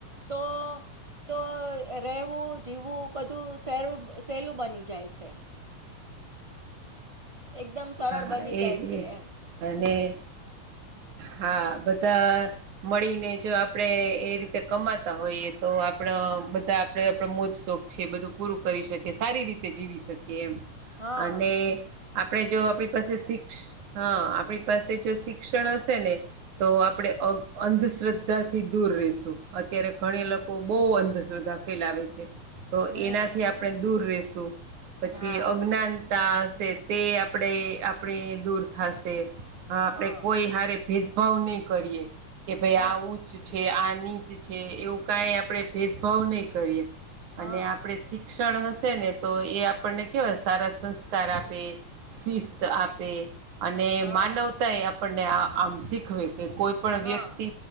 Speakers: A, on the right (about 50°); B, on the right (about 65°).
A: તો તો રહેવું, જીવવું બધું સહે સહેલું બની જાય છે. એકદમ સરળ
B: હા
A: બની જાય
B: એજ
A: છે
B: એજ
A: એમ.
B: અને હા બધા મળીને જો આપડે એ રીતે કમાતા હોઈએ તો આપડ બધા આપડ મોજ શોખ છે બધું પૂરું કરી શકી સારી રીતે જીવી શકીએ એમ
A: હા
B: અને આપણે જો આપણી પાસે શિક્ હા આપણી પાસે જો શિક્ષણ હશે ને તો આપણે અ અંધશ્રદ્ધાથી દૂર રઈશું અત્યારે ઘણી લોકો બહુ અંધશ્રદ્ધા ફેલાવે છે. તો
A: હમ
B: એનાથી આપણે દૂર રેશું પછી
A: હા
B: અજ્ઞાનતા હશે તે આપણે આપણે દૂર થાશે આપણે
A: હા
B: કોઈ હારે ભે ભાવ ની કરીએ કે ભાઈ
A: હમ
B: આ ઉચ્ચ છે, આ નીચ છે, એવું કાઈ આપણે ભેદભાવ નહીં કરીએ
A: હા
B: અને આપણે શી ક્ષણ હશે ને તો એ આપણને કેવાય સારા સંસ્કાર આપે શિસ્ત આપે અને
A: હા
B: માનવતા એ આપણને આ આમ શીખવે કે કોઈ પણ
A: હા
B: વ્યક્તિ